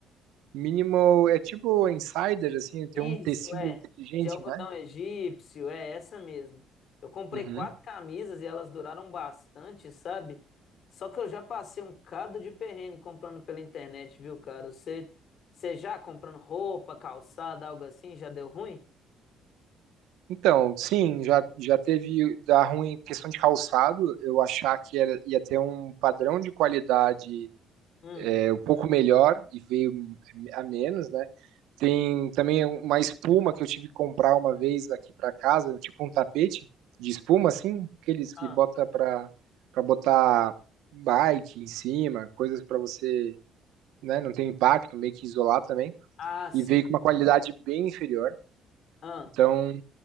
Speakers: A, on the right; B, on the left.
A: Minimal é tipo insider, assim, tem
B: Isso,
A: um tecido
B: é.
A: inteligente,
B: De algodão
A: né?
B: egípcio, é essa mesmo. Eu comprei
A: Uhum.
B: quatro camisas e elas duraram bastante, sabe? Só que eu já passei um cado de perrengue comprando pela internet, viu, cara? Você, você já comprando roupa, calçada, algo assim, já deu ruim?
A: Então, sim, já, já teve dar ruim em questão de calçado, eu achar que era, ia ter um padrão de qualidade
B: Hum.
A: é um pouco melhor e veio a menos, né? Tem também uma espuma que eu tive que comprar uma vez aqui para casa, tipo um tapete de espuma, assim, aqueles
B: Ah,
A: que bota para para botar bike em cima, coisas para você, né, não ter impacto, meio que isolar também.
B: ah, sim.
A: E veio com uma qualidade bem inferior.
B: Ah,
A: Então,